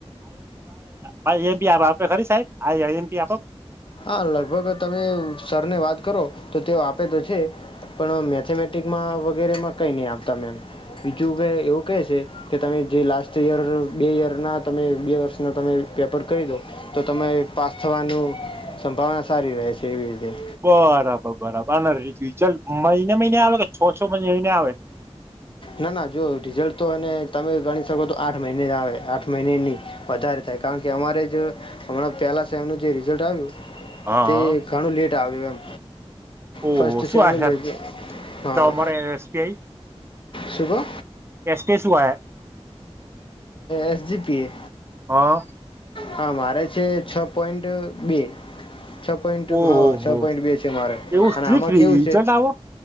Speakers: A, on the right; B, on the left.
A: ભાઈ એમી આપ આપડે ખરી સાહેબ આ એમ પી આપો
B: હા લગભગ તમે સરને વાત કરો તો તેઓ આપે તો છે પણ મેથેમેટિકમાં વગેરેમાં કઈ નહી આપતા મેમ બીજું કે એવું કહે છે કે તમે જે લાસ્ટ યર બે યરના તમે બે વર્ષના તમે પેપર કરી દો તો તમે પાસ થવાનું સંભાવના સારી રહે છે એવી રીતે
A: બરાબર બરાબર રિજલ્ટ મહિને મહિને આવે કે છો છો મહિને આવે <inaudible>
B: ના ના જો રિઝલ્ટ તો તમે ગણી શકો તો આઠ મહિને જ આવે આઠ મહિને નની વધારે ને કારણ કે અમારે જો હમણાં પહેલાં સેમનું જે રિઝલ્ટ આવ્યું
A: હા
B: તે ઘણું લેટ આવ્યું એમ
A: ઓહ
B: ફર્સ્ટ
A: શું
B: સેમનું
A: આ છે
B: લેટ હા
A: તો અમારે એસબીઆઈ
B: શું કહો
A: કેસ્ટે સુ આયા
B: એસ જીપી એ
A: હા
B: હા, મારે છે, છ પોઈન્ટ બે છ, પોઈન્ટ હ
A: ઓહો
B: છ, પોઈન્ટ બે છે, મારે
A: એવું
B: અને
A: સ્ટ્રીક
B: આમાં
A: રિઝલ્ટ
B: કેવું છે.
A: આવો